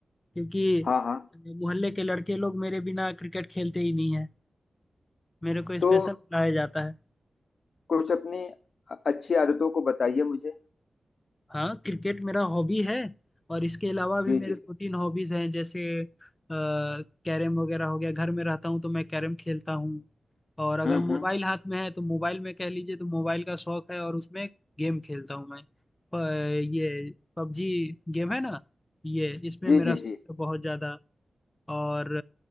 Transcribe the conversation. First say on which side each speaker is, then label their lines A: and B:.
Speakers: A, on the left (about 20°); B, on the left (about 75°).
A: क्योंकि
B: हाँ हाँ
A: मोहल्ले के लड़के लोग मेरे बिना क्रिकेट खेलते ही नहीं है मेरे को स्पेशल
B: तो
A: बुलाया जाता है
B: कुछ अपनी अ- अच्छी आदतों को बताइए मुझे
A: हाँ क्रिकेट मेरा हॉबी है और इसके अलावा भी
B: जी
A: मेरे
B: जी
A: दो तीन हॉबीज हैं जैसे कैरम वगैरह हो गया घर में रहता हूँ तो मैं कैरम खेलता हूँ और अगर
B: हम्म
A: मोबाइल
B: हम्म
A: हाथ में है तो मोबाइल में कह लीजिए तो मोबाइल का शौक है और उसमें गेम खेलता हूँ मैं प, ये पबजी गेम है ना ये इसमें
B: जी
A: मेरा
B: जी
A: शौक
B: जी
A: है बहुत ज्यादा और